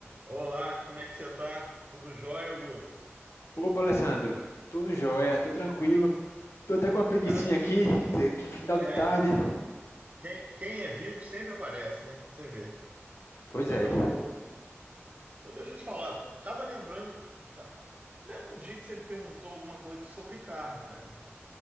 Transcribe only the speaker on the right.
Olá, como é que você tá? Tudo jóia, Augusto?
Cara,
é,
quem, quem é vivo sempre aparece, né? Você vê,
coisa
boa. Mas Deixa eu te falar, tava lembrando, tá, lembra um dia que você me perguntou alguma coisa sobre carro, cara?